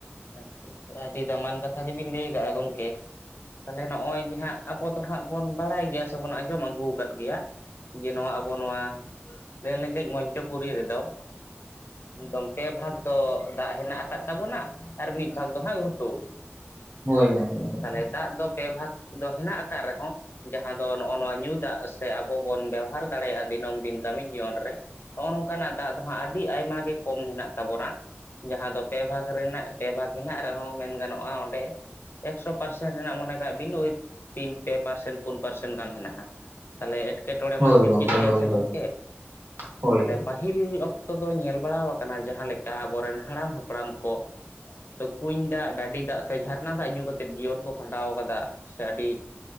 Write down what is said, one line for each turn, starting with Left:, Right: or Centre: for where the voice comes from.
Left: ᱟᱪᱪᱷᱟ ᱟᱪᱪᱷᱟ ᱟᱹᱰᱤ ᱫᱟᱢᱟᱱ ᱠᱟᱛᱷᱟ ᱜᱮᱵᱤᱱ ᱞᱟᱹᱭ ᱟᱠᱟᱜᱼᱟ ᱜᱚᱢᱠᱮ ᱛᱟᱦᱚᱞᱮ ᱱᱚᱸᱜᱼᱚᱸᱭ ᱡᱮ ᱦᱟᱸᱜ ᱟᱵᱚ ᱫᱚ ᱦᱟᱸᱜ ᱵᱚᱱ ᱵᱟᱲᱟᱭ ᱜᱮᱭᱟ ᱥᱮᱵᱚᱱ ᱟᱸᱡᱚᱢ ᱟᱹᱜᱩ ᱟᱠᱟᱫ ᱜᱮᱭᱟ ᱡᱮ ᱱᱚᱣᱟ ᱟᱵᱚ ᱱᱚᱣᱟ ᱞᱮ ᱞᱮᱝᱜᱮᱡ ᱢᱚᱧᱪᱚᱯᱩᱨᱤ ᱨᱮᱫᱚ ᱮᱠᱫᱚᱢ ᱯᱮ ᱵᱷᱟᱜᱽ ᱫᱚ ᱫᱟᱜ ᱦᱮᱱᱟᱜ ᱟᱠᱟᱫ ᱛᱟᱵᱚᱱᱟ ᱟᱨ ᱢᱤᱫ ᱵᱷᱟᱜᱽ ᱫᱚ ᱦᱟᱸᱜ ᱜᱷᱩᱴᱩ
Right: ᱦᱳᱭ ᱜᱚᱝᱠᱮ <unintelligible>
Left: ᱛᱟᱦᱚᱞᱮ ᱫᱟᱜ ᱫᱚ ᱯᱮ ᱵᱷᱟᱜᱽ ᱫᱚ ᱦᱮᱱᱟᱜ ᱟᱠᱟᱫ ᱨᱮᱦᱚᱸ ᱡᱟᱦᱟᱸ ᱫᱚ ᱱᱚᱜᱼᱚᱭ ᱱᱚᱣᱟ ᱧᱩ ᱫᱟᱜ ᱥᱮ ᱟᱵᱚ ᱵᱚᱱ ᱵᱮᱣᱦᱟᱨ ᱫᱟᱲᱮᱭᱟᱜᱼᱟ ᱫᱤᱱᱟᱹᱢ ᱫᱤᱱ ᱠᱟᱹᱢᱤ ᱡᱤᱭᱚᱱ ᱨᱮ ᱱᱚᱜᱼᱚ ᱱᱚᱝᱠᱟᱱᱟᱜ ᱫᱟᱜ ᱫᱚ ᱦᱟᱸᱜ ᱟᱹᱰᱤ ᱟᱭᱢᱟ ᱜᱮ ᱠᱚᱢ ᱢᱮᱱᱟᱜ ᱛᱟᱵᱚᱱᱟ ᱡᱟᱦᱟᱸ ᱫᱚ ᱯᱮ ᱵᱷᱟᱜᱽ ᱨᱮᱱᱟᱜ ᱯᱮ ᱵᱷᱟᱜᱽ ᱦᱮᱱᱟᱜ ᱨᱮᱦᱚᱸ ᱢᱮᱱ ᱜᱟᱱᱚᱜᱼᱟ ᱚᱸᱰᱮ ᱮᱠᱥᱚ ᱯᱟᱨᱥᱮᱱ ᱨᱮᱱᱟᱜ ᱢᱚᱱᱮ ᱠᱟᱜ ᱵᱤᱱ ᱳᱭ ᱛᱤᱱ ᱯᱮ ᱯᱟᱨᱥᱮᱱ ᱯᱩᱱ ᱯᱟᱨᱥᱮᱱ ᱜᱟᱱ ᱦᱮᱱᱟᱜᱼᱟ ᱛᱟᱦᱚᱞᱮ ᱮᱴᱠᱮᱴᱚᱬᱮ
Right: ᱦᱳᱭ
Left: ᱢᱟ ᱥᱤᱨᱡᱟᱹᱜ
Right: ᱜᱚᱝᱠᱮ
Left: ᱜᱮᱭᱟ
Right: ᱦᱳᱭ
Left: ᱥᱮ
Right: ᱦᱳᱭ
Left: ᱜᱚᱢᱠᱮ
Right: ᱦᱳᱭ
Left: ᱛᱟᱦᱚᱞᱮ ᱯᱟᱹᱦᱤᱞ ᱚᱠᱛᱚ ᱚᱠᱛᱚ ᱫᱚ ᱧᱮᱞ ᱵᱟᱲᱟ ᱟᱠᱟᱱᱟ ᱡᱟᱦᱟᱸ ᱞᱮᱠᱟ ᱟᱵᱚᱨᱮᱱ ᱦᱟᱲᱟᱢ ᱦᱟᱯᱲᱟᱢ ᱠᱚ ᱛᱚ ᱠᱩᱧ ᱫᱟᱜ ᱰᱟᱹᱰᱤ ᱫᱟᱜ ᱥᱮ ᱡᱷᱟᱨᱱᱟ ᱫᱟᱜ ᱧᱩ ᱠᱟᱛᱮ ᱡᱤᱭᱚᱱ ᱠᱚ ᱠᱷᱟᱸᱰᱟᱣ ᱟᱠᱟᱫᱟ ᱥᱮ ᱟᱹᱰᱤ